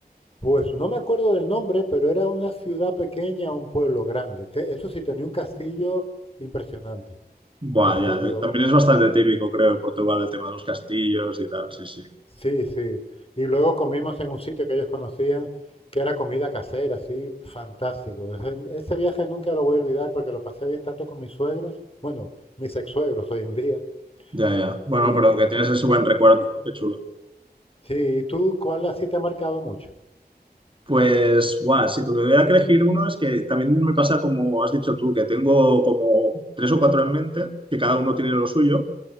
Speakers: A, on the left; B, on the right.
A: Pues no me acuerdo del nombre, pero era una ciudad pequeña, un pueblo grande. Te- eso sí, tenía un castillo impresionante. Un
B: Buah,
A: castillo,
B: ya, eh, también es bastante típico, creo, de Portugal, el tema de los castillos y tal, sí, sí.
A: sí, sí. Y luego comimos en un sitio que ellos conocían, que era comida casera, así, fantástico. Ese, ese viaje nunca lo voy a olvidar porque lo pasé bien tanto con mis suegros, bueno, mis ex-suegros hoy en día.
B: Ya, ya.
A: Y
B: Bueno, pero que tienes ese buen recuerdo, ¿no? Qué chulo.
A: sí, ¿y tú cuál así te ha marcado mucho?
B: Pues, guau, si tuviera que elegir uno, es que también me pasa como has dicho tú, que tengo como tres o cuatro en mente, que cada uno tiene lo suyo.